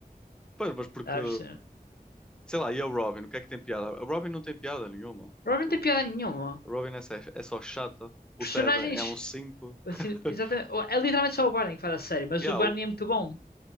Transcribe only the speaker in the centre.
Pois, mas porque,
sei lá, e a Robin, o que é que tem piada? A Robin não tem piada nenhuma.
Tipo,
a Robin é, só- é só chata. O
Ted é um simp.
<laughs>
Yeah,
o-